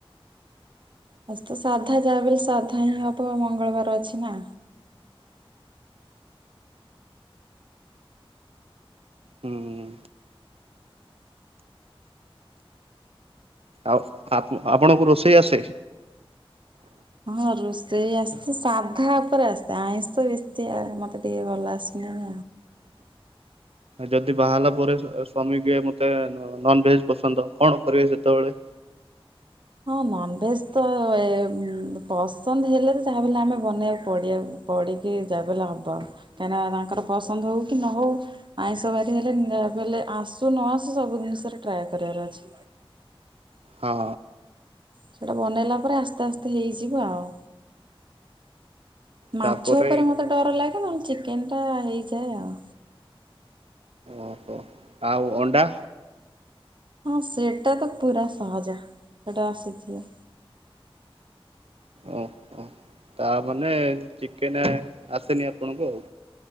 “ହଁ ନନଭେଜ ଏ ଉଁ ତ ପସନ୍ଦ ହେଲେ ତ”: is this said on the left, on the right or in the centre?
Right